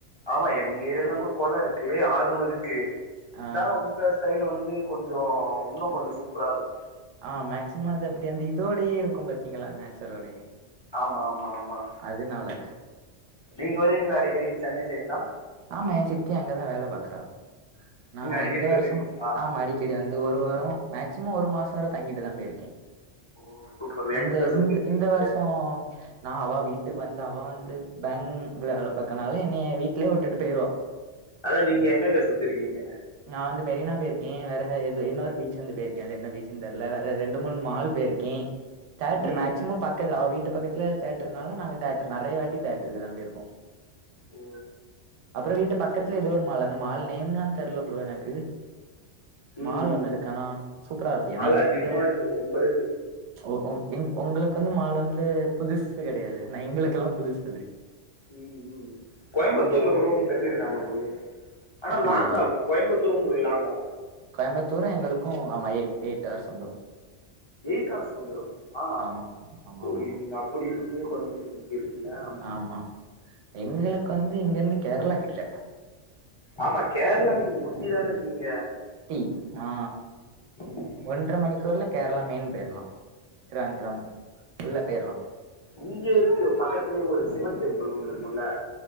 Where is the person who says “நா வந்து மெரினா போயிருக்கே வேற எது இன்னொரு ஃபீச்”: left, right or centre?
Right